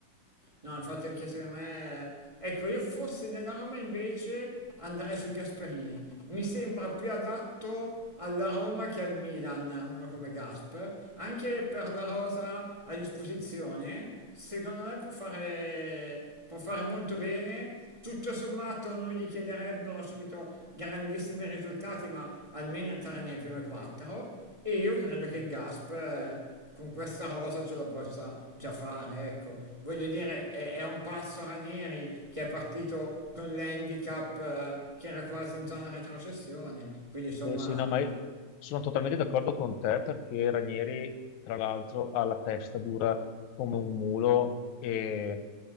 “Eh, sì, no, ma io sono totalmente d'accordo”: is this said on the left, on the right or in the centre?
Left